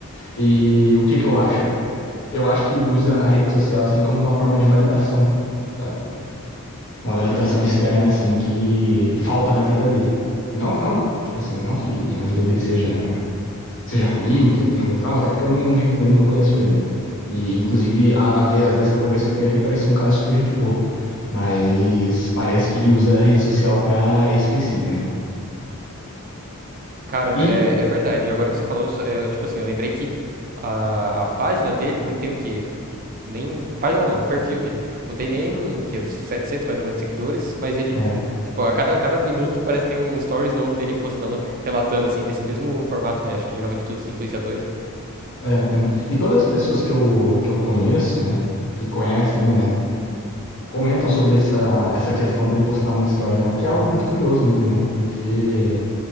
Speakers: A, on the left; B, on the right.
A: E o que que eu acho? Eu acho que ele usa a rede social assim como uma forma de validação, sabe? uma validação
B: Hum.
A: externa, assim, que falta na vida dele. E não, não, tipo assim, não que a vida dele seja, seja ruim, que ele tenha algum trauma, até porque eu não, não vivo com ele, não conheço ele, né? E, inclusive, a, a, ve- às vezes que eu conversei com ele, ele parecia um cara super gente boa. Mas parece que ele usa a rede social pra esse princípio, né?
B: Caramba,
A: E,
B: é, é verdade. Agora que você falou, isso, eu, tipo assim, eu lembrei que a, a página dele não tem o quê? Nem. a Página não, o perfil dele. Não tem nem que, uns 700 mais ou menos seguidores, mas ele
A: é,
B: Pô, a cada, cada minuto parece que tem um stories novo dele postando, relatando, assim, nesse mesmo formato, né? Acho que geralmente todos os influenciadores, né?
A: é, então, e todas as pessoas que eu, que eu conheço, né? Que conhecem ele, né? Comentam sobre essa, essa questão dele postar muito stories, né? Porque é algo muito curioso mesmo, né? Porque